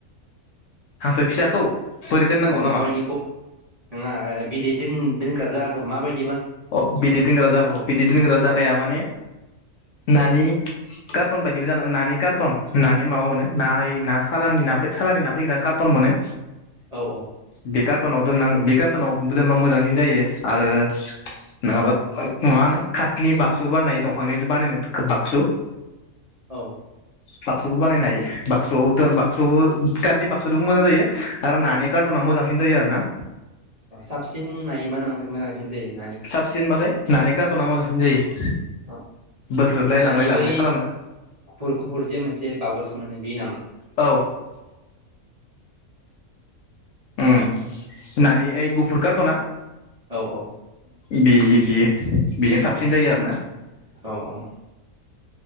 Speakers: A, on the left; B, on the right.
A: हांसो फिसाखौ? बोरै दोननांगौ
B: अ'
A: नामा
B: माबायदिखौ नङा ओ बिदै दोन दोनग्रा जागाखै मा बायदि
A: अ' बिदै दोनग्रा जायगाखौ बिदै दोनग्रा जायगाया
B: अ
A: माने नानि कार्टन बायदिबो जायोनानि कार्टन नानि माबा मोनो ना ऐ ना सालानि सालानि ना फैग्रा कार्टन मोनो
B: औ औ।
A: बे कार्टनाव दोन्नांगोन बे कार्टनाव दोनबा मोजांसिन जायो आरो नंङाबा मा होनो काटनि बाक्सु बानायो दंफांनि बानायनाय बाक्सु
B: औ।
A: बाक्सुबो बानायनो हायो बाक्सुआव दोनबा बाक्सु कारट बाक्सुबो मोजां जायो आरो नानि कार्ट'ना मोजांसिन जायो आरोना।
B: साबसिन मायो मोजांसिन जायो ना
A: साबसिन बा थाय नानि खारथना मोजांसिन जायो
B: आं
A: बोथ्रोदलाय लांलाय
B: नानि
A: लाबोलाय
B: बै
A: खालामनो
B: गुफुर-गुफुर जे मोनसे बागस मोनो बे नामा।
A: औ उम नानि ओइ गुफुर कारथ ना
B: औ-औ
A: बे बेयो बेजों साबसिन जायो आरोना।
B: आंबो